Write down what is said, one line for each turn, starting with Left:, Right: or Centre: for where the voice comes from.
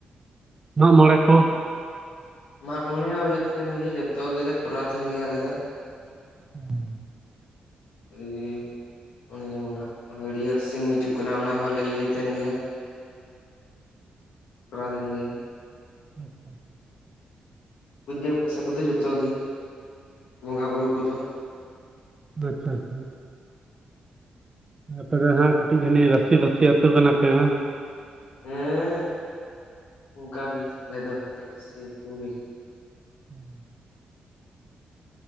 Right: ᱢᱟᱜᱢᱚᱬᱮ ᱠᱚ?
Left: ᱢᱟᱜᱢᱚᱬᱮ ᱦᱚᱸ ᱦᱩᱭᱩᱜ ᱛᱟᱦᱮᱸᱱ ᱜᱮ ᱡᱚᱛᱚ ᱜᱮᱞᱮ ᱠᱚᱨᱟᱣ ᱛᱟᱦᱮᱱ ᱜᱮᱭᱟ ᱟᱞᱮ ᱫᱚ ᱾
Right: ᱦᱮᱸ
Left: <unintelligible> ᱚᱱᱮ ᱡᱮᱢᱚᱱ ᱦᱟᱸᱜ ᱦᱟᱹᱨᱭᱟᱹᱲ ᱥᱤᱢ ᱦᱤᱡᱩᱜ ᱠᱟᱱᱟ ᱚᱱᱟ ᱦᱚᱞᱮ ᱤᱭᱟᱹᱭ ᱛᱟᱦᱮᱱ ᱜᱮᱭᱟ ᱠᱚᱨᱟᱣ ᱠᱟᱱ ᱜᱮᱭᱟ
Right: ᱟᱪᱷᱟ ᱟᱪᱷᱟ
Left: ᱯᱩᱡᱟᱹ ᱯᱟᱥᱟ ᱠᱚᱫᱚ ᱡᱚᱛᱚ ᱜᱮ ᱵᱚᱸᱜᱟ ᱵᱩᱨᱩ ᱠᱚᱫᱚ
Right: ᱟᱪᱪᱷᱟ ᱟᱪᱪᱷᱟ ᱟᱯᱮ ᱫᱚ ᱦᱟᱸᱜ ᱠᱟᱹᱴᱤᱡ ᱡᱟᱱᱤᱡ ᱨᱟᱹᱥᱤᱵᱟᱹᱥᱤ ᱟᱹᱛᱩ ᱠᱟᱱᱟᱯᱮ ᱵᱟᱝ?
Left: ᱦᱮᱸ ᱚᱱᱠᱟᱜᱮ ᱟᱞᱮ ᱫᱚ ᱨᱟᱹᱥᱤ ᱟᱛᱩ ᱜᱮ
Right: ᱦᱩᱸ